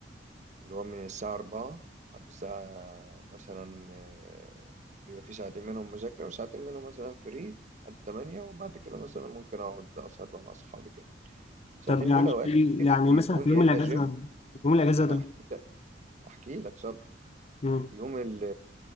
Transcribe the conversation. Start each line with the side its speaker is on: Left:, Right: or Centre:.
Right: اللي هو من الساعه 4 لحد الساعه مثلا آه، بيبقى في ساعتين منهم مذاكره وساعتين منهم مثلا فري لحد 8 وبعد كده مثلا ممكن اقعد اسهر بقى مع اصحابي كده يعني. ساعتين
Left: طب يعني
Right: دول اوقات
Left: في-
Right: كتير
Left: يعني
Right: بيكون
Left: مثلا في يوم
Right: يا اما
Left: الأجازة
Right: جيم
Left: في يوم الأجازة
Right: ما انا هحكي احكي لك صبرك
Left: ده
Right: يوم ال-